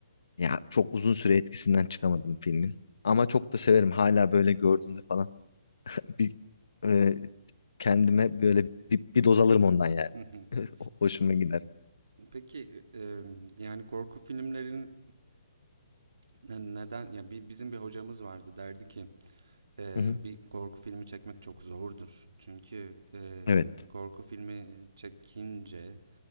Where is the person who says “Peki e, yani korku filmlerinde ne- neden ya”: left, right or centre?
Right